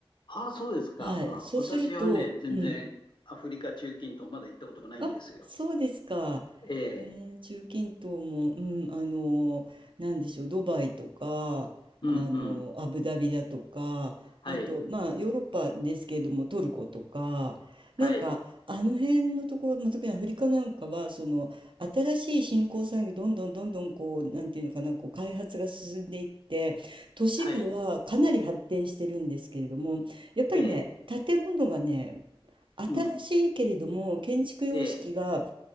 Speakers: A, on the left; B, on the right.
A: ああ、そうですか。
B: はい。
A: あ、
B: そうすると、
A: 私はね、全然アフリカ、
B: うん。
A: 中近東、まだ行ったことないんですよ。
B: あ、そうですか。
A: ええ、
B: ね、中近東も、うん、あの、なんでしょう、ドバイとか、
A: うん、
B: あの、
A: うん。
B: アブダビだとか、
A: はい、
B: あと、まあ、ヨーロッパですけれども、トルコとか、なんか、
A: はい、
B: あの辺のところ、まあ、特にアフリカなんかは、その、新しい新興産業、どんどんどんどん、こう、なんていうのかな、こう、開発が進んでいって、都市部はかなり発展してるんですけれども、
A: はい、
B: やっぱりね、
A: ええ、
B: 建物がね、新しいけれども、
A: うん、
B: 建築様式が、
A: ええ、